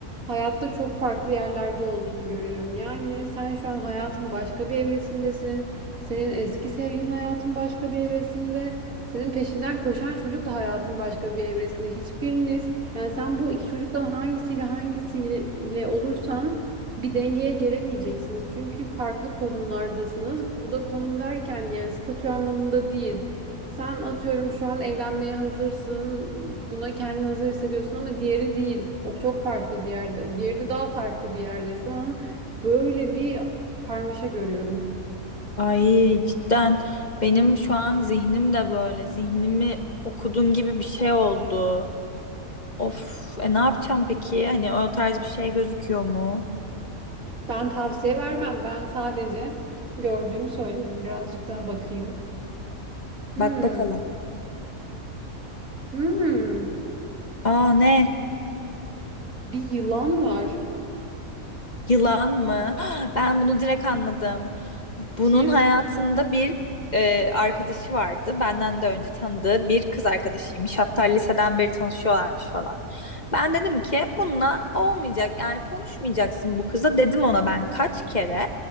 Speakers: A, on the right; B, on the left.
A: hayatta çok farklı yerlerde olduğunu görüyorum. Yani sen şu an hayatın başka bir evresindesin. Senin eski sevgilin hayatın başka bir evresinde. Senin peşinden koşan çocuk da hayatın başka bir evresinde. Hiçbiriniz yani sen bu iki çocuktan hangisiyle hangisiyle olursan bir dengeye gelemeyeceksiniz. Çünkü farklı konumlardasınız. Bu da konum derken yani statü anlamında değil. Sen atıyorum şu an evlenmeye hazırsın. Buna kendini hazır hissediyorsun ama diğeri değil. O çok farklı bir yerde. Diğeri de daha farklı bir yerde. Şu an böyle bir karmaşa görüyorum.
B: Ay cidden benim şu an zihnim de böyle zihnimi okudun gibi bir şey oldu. Of, e ne yapacağım peki? Hani o tarz bir şey gözüküyor mu?
A: Ben tavsiye vermem. Ben sadece gördüğümü söylerim. Birazcık daha bakayım. Hmm.
B: Bak bakalım.
A: Hmm.
B: Aa ne?
A: Bir yılan var.
B: Yılan mı? <gasps> Ben bunu direkt anladım. Bunun
A: Kim?
B: hayatında bir e, arkadaşı vardı. Benden de önce tanıdığı bir kız arkadaşıymış. Hatta liseden beri tanışıyorlarmış falan. Ben dedim ki bununla olmayacak. Yani konuşmayacaksın bu kıza. Dedim ona ben kaç kere.